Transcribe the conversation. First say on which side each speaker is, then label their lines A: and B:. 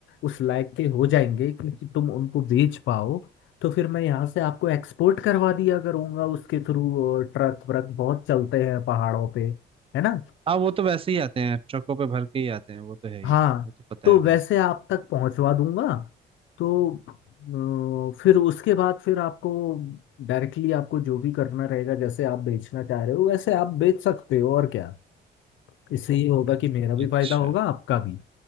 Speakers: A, on the left; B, on the right.
A: उस लायक के हो जाएंगे कि, कि तुम उनको बेच पाओ तो फिर मैं यहाँ से आपको एक्सपोर्ट करवा दिया करूंगा उसके थ्रू ट्रक व्रक बहुत चलते हैं पहाड़ों पे है ना
B: हाँ वो तो वैसे ही आते हैं ट्रकों पे भर के ही आते हैं वो तो है ही
A: हाँ
B: वो तो पता
A: तो
B: है भाई
A: वैसे आप तक पहुंचवा दूंगा तो अ, फिर उसके बाद फिर आपको डायरेक्टली आपको जो भी करना रहेगा जैसे आप बेचना चाह रहे हो वैसे आप बेच सकते हो और क्या इससे ये होगा कि मेरा भी
B: अच्छा
A: फायदा होगा आपका भी